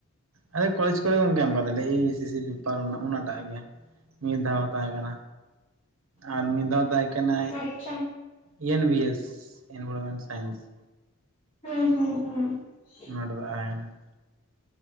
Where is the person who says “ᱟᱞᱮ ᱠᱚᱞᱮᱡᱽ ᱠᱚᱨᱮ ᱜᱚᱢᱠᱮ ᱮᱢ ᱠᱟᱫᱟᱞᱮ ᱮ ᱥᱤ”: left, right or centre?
Right